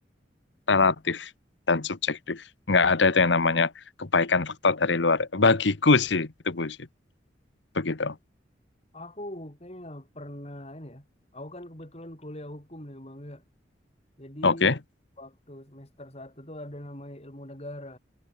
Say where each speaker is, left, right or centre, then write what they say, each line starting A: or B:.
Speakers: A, on the left (about 75°); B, on the left (about 35°).
A: relatif dan subjektif. Nggak ada itu yang namanya kebaikan faktor dari luar. Bagiku sih, itu bullshit. Begitu.
B: Aku kayaknya pernah ini ya. Aku kan kebetulan kuliah hukum nih bang ya. Jadi
A: Oke,
B: waktu semester satu tuh ada namanya ilmu negara.